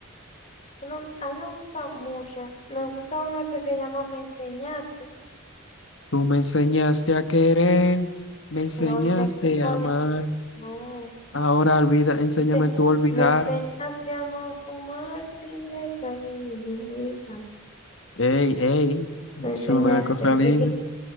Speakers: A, on the left; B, on the left.
A: No, a mí me gustan muchas. Me gusta una que se llama Me enseñaste.
B: Tú me enseñaste a querer, me enseñaste
A: No, ¿y de y cuál
B: a amar,
A: es? No.
B: ahora olvida, enséñame
A: Dice,
B: tú a olvidar.
A: me enseñaste a no fumar sin desayuno. Esa.
B: Ey, ey,
A: Me
B: es
A: enseñaste
B: una cosa
A: a
B: linda.
A: vivir.